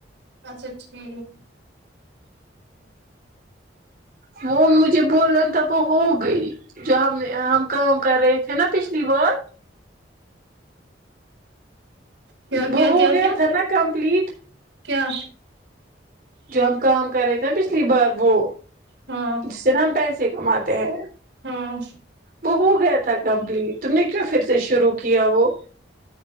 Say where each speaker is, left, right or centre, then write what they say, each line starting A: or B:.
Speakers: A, on the right; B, on the right.
A: اچھا ٹھیک
B: ہوں وہ مجھے بولا تھا وہ ہو گئی جو ہم ہم کام کر رہے تھے نا پچھلی بار
A: کیا
B: وہ
A: کیا
B: ہو
A: کیا
B: گیا
A: کیا
B: تھا نا کمپلیٹ
A: کیا
B: جو ہم کام کر رہے تھے نا پچھلی بار وہ
A: ہاں
B: جس سے نا ہم پیسے کماتے ہیں
A: ہاں
B: وہ ہو گیا تھا کمپلیٹ تم نے کیوں پھر سے شروع کیا وہ